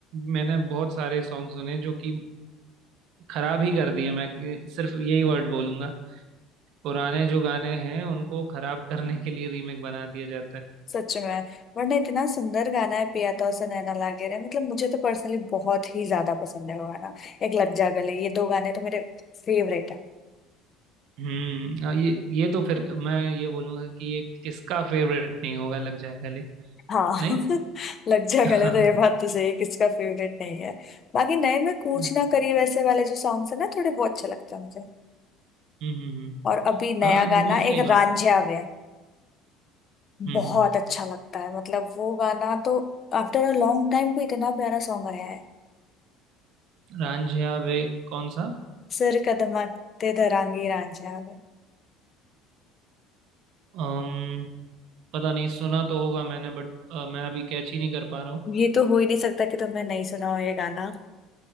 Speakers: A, on the right (about 50°); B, on the left (about 25°).
A: मैंने बहुत सारे सॉन्ग सुने जो कि खराब ही कर दिए मैं कि- सिर्फ यही वर्ड बोलूंगा पुराने जो गाने हैं उनको खराब करने के लिए रीमेक बना दिया जाता है
B: सच में वरना इतना सुंदर गाना है पिया तो उसे नैना लागे रे मतलब मुझे तो पर्सनली बहुत ही ज्यादा पसंद है वो गाना एक लग जा गले ये दो गाने तो मेरे फेवरेट है
A: हम्म हाँ, ये ये तो फिर मैं ये बोलूंगा कि ये किसका फेवरेट नहीं होगा लग जाए गले
B: हाँ <laughs>
A: नहीं
B: लग जा
A: <laughs> हाँ
B: गले तो
A: हाँ
B: ये बात तो सही है, किसका फेवरेट नहीं है बाकी नए में कूच
A: हम्म
B: ना करी वैसे वाले जो सॉन्ग्स है ना थोड़े बहुत अच्छे लगते हैं मुझे
A: हम्म हम्म।
B: और अभी नया
A: हाँ नहीं
B: गाना
A: सही
B: एक
A: बात
B: रांझिया
A: है
B: वे
A: हम्म
B: बहुत
A: हम्म।
B: अच्छा लगता है मतलब वो गाना तो आफ्टर अ लॉन्ग टाइम को इतना प्यारा सॉन्ग आया है
A: रांझिया वे कौन सा
B: सिर कदमा ते दरांगी रांझा में
A: अम्म पता नहीं सुना तो होगा मैंने बट मैं अभी कैच ही नहीं कर पा रहा हूँ
B: ये तो हो ही नहीं सकता कि तुमने नहीं सुना हो ये गाना